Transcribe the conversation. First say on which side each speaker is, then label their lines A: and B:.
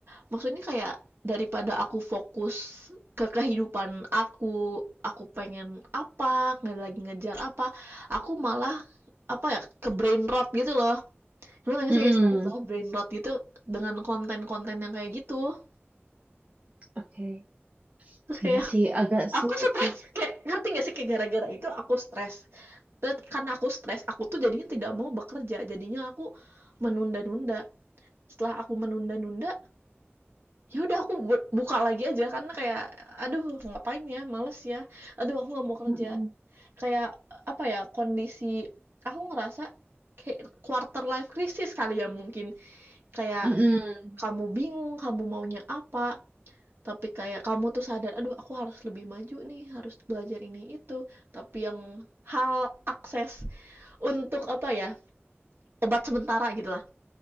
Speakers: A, on the right; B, on the right.
A: maksudnya kayak daripada aku fokus ke kehidupan aku aku pengen apa nggak lagi ngejar apa aku malah apa ya ke brain rot gitu loh lu nanya
B: mm-mm.
A: sih istilah, brain rot gitu dengan konten-konten yang kayak gitu
B: Oke.
A: terus kayak
B: Iya sih, agak
A: aku
B: sulit
A: stres
B: sih.
A: kayak ngerti gak sih kayak gara-gara itu aku stres dan karena aku stres aku tuh jadinya tidak mau bekerja jadinya aku menunda-nunda setelah aku menunda-nunda ya udah aku buka lagi aja karena kayak aduh ngapain ya males ya aduh aku nggak mau kerja
B: Mm-mm,
A: kayak apa ya kondisi aku ngerasa kayak quarter life crisis kali ya mungkin kayak
B: mm-mm,
A: kamu bingung kamu maunya apa tapi kayak kamu tuh sadar, "Aduh aku harus lebih maju nih, harus belajar ini itu," tapi yang hal akses untuk apa ya, obat sementara gitulah,